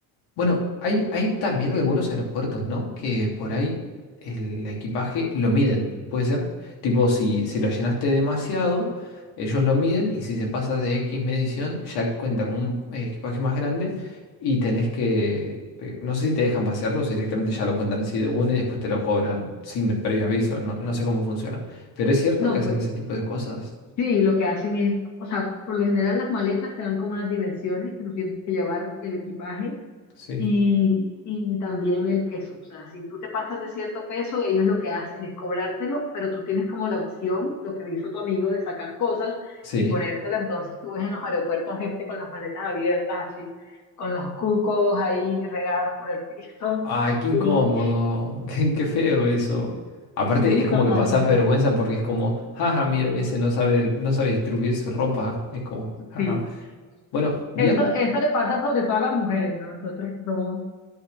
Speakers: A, on the left (about 80°); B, on the left (about 45°).
A: Bueno, hay, hay también algunos aeropuertos, ¿no? Que por ahí el equipaje lo miden, ¿puede ser? Tipo, si, si lo llenaste demasiado, ellos lo miden y si se pasa de X medición, ya cuenta con un eh, equipaje más grande y tenés que, eh, no sé si te dejan pasearlo o si directamente ya lo cuentan así de una y después te lo cobran sin el previo aviso, no, no sé cómo funciona. Pero es cierto
B: No,
A: que hacen
B: pues,
A: ese tipo de cosas.
B: Sí, lo que hacen es, o sea, por lo general las maletas te dan como unas dimensiones que tú tienes que llevar el equipaje
A: Sí.
B: y, y también el peso. O sea, si tú te pasas de cierto peso, ellos lo que hacen es cobrártelo, pero tú tienes como la opción, lo que hizo tu amigo, de sacar cosas
A: Sí.
B: y ponértela. Entonces tú ves en los aeropuertos gente con las maletas abiertas, así, con los cucos ahí regados por el piso.
A: Ay, qué incómodo,
B: Y
A: <laughs> qué, qué feo eso. Aparte,
B: <laughs> sí,
A: es como
B: totalmente.
A: que pasás vergüenza porque es como, jaja, miren, ese no sabe, no sabe distribuir su ropa. Es como, jaja.
B: Sí.
A: Bueno, vi,
B: Eso,
A: al-
B: eso le pasa sobre todo a las mujeres, ¿no? Nosotros que somos.